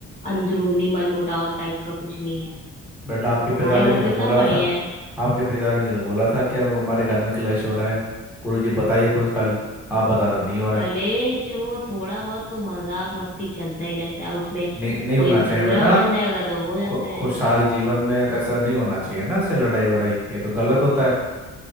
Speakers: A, on the left (about 25°); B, in the centre.
A: अंदरूनी मनमुटाव टाइप का कुछ नहीं है तो
B: बेटा आपके पिताजी
A: हमारे घर
B: ने तो
A: पे
B: बोला
A: सब बढ़िया
B: था
A: है
B: आपके पिताजी ने तो बोला था कि हमारे घर में क्लेश हो रहा है गुरु जी बताइए कोई हल आप बता रहे हो नहीं हो रहा
A: कलेश
B: है
A: वो थोड़ा बहुत तो मजाक मस्ती चलता ही रहता है उसमें
B: नहीं नहीं
A: कोई
B: होना चाहिए
A: बुरा
B: ना बेटा
A: मान जाएगा तो हो जाता
B: खु,
A: है
B: खुशहाल जीवन में ऐसा नहीं होना चाहिए ना ऐसे लड़ाई वड़ाई ये तो गलत होता है